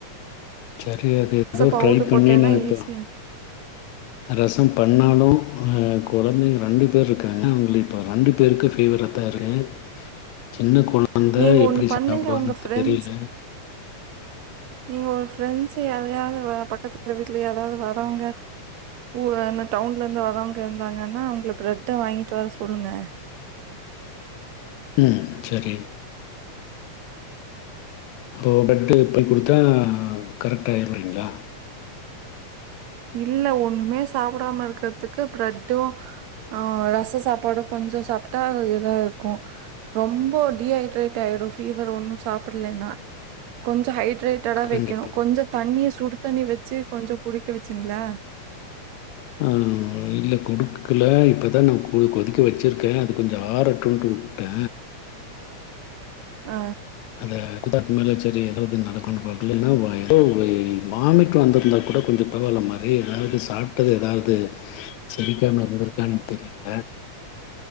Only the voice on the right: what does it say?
பவுட்ரு
போட்டேன்னா
ஈஸியா இருக்கு
நீங்க
ஒண்ணு பண்ணுங்க
உங்க ஃப்ரெண்ட்ஸ்
நீங்க ஒரு ஃப்ரண்ட்ஸு யாரயாது வ பக்கத் து வீட்ல யாராது வரவ்ங்க ஊ அன்ன டவுன்லந்து வரவ்ங்க இருந்தாங்கன்னா அவுங்கள பிரெட்ட வாங்கிட்டு வர சொல்லுங்க
இல்ல ஒண்ணுமே சாப்புடாம இருக்கத்துக்கு பிரெட் டோ அ ரச சாப்பாடொ கொஞ்ச சாப்ட்டா இதா இருக்கு ரொம்ப டிஹைட்ரேட் ஆயிடு ஃபீவர் ஒன்னு சாப்புட்லென்னா கொஞ்ச ஹை ட்ரேட்டடா
வக்கெணு கொஞ்ச தண்ணிய சுடு தண்ணி வச்சு கொஞ்சொ குடிக்க வ ச்சிங்ளா
ஆ